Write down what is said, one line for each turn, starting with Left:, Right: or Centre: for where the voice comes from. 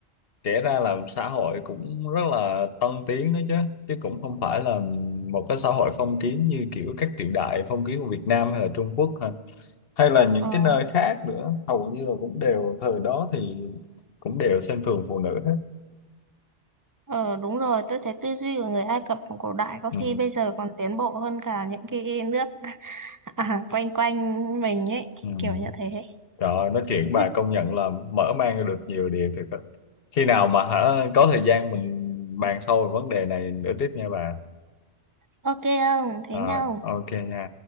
Left: kể ra là xã hội cũng rất là tân tiến đó chứ chứ cũng không phải là một cái xã hội phong kiến như kiểu các triều đại phong kiến của Việt Nam hay là Trung Quốc ha hay là những
Right: Ờ,
Left: cái nơi khác nữa hầu như là cũng đều thời đó thì cũng đều xem thường phụ nữ hết
Right: ờ đúng rồi, tôi thấy tư duy của người Ai Cập cổ đại có
Left: Ừ,
Right: khi bây giờ còn tiến bộ hơn cả những cái nước <laughs> à, quanh quanh mình ấy,
Left: ừ.
Right: kiểu như thế.
Left: Trời ơi, nói chuyện với bà
Right: Thế
Left: công nhận là mở mang ra được nhiều điều thiệt á. Khi nào mà hả có thời gian mình bàn sâu về vấn đề này nữa tiếp nha bà.
Right: Ok không? Thế
Left: À,
Right: nhau.
Left: ok nha.